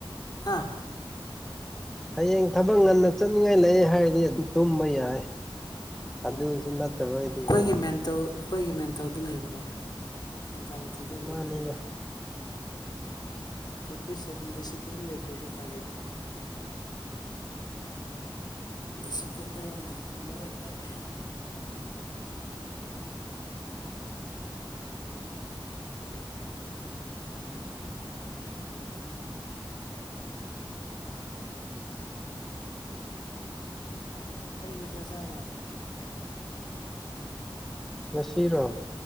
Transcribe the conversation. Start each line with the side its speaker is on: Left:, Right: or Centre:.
Left: ꯍꯥꯥ
Centre: ꯍꯌꯦꯡ ꯊꯕꯛ ꯉꯟꯅ ꯆꯠꯅꯤꯡꯉꯥꯏ ꯂꯩ ꯍꯥꯏꯔꯗꯤ ꯑꯗꯨꯝ ꯇꯨꯝꯕ ꯌꯥꯏ
Left: ꯑꯣ
Centre: ꯑꯗꯨꯁꯨ ꯅꯠꯇꯕ ꯑꯣꯏꯗꯤꯀꯣ
Left: ꯑꯩꯈꯣꯏꯒꯤ ꯃꯦꯟꯇꯦꯜ ꯑꯩꯈꯣꯏꯒꯤ ꯃꯦꯟꯇꯗ ꯂꯩꯕꯅꯤꯅ ꯃꯦꯟꯇꯥꯂꯤꯇꯤꯗ ꯂꯩꯕꯅꯤ
Centre: ꯃꯥꯅꯤꯗ
Left: ꯄ꯭ꯔꯦꯛꯇꯤꯁ ꯗꯤꯁꯤꯄ꯭ꯂꯤꯟ ꯂꯩꯇ꯭ꯔꯗꯤ ꯎꯄꯥꯏ ꯂꯩꯇꯦ ꯁꯤꯤꯄ꯭꯭ꯂꯤꯟꯗ ꯣꯅ ꯂꯩꯔꯦ ꯑꯣ ꯀꯔꯤ ꯃꯊꯦꯜ ꯆꯥꯔꯦ
Centre: ꯉꯁꯤꯔꯣ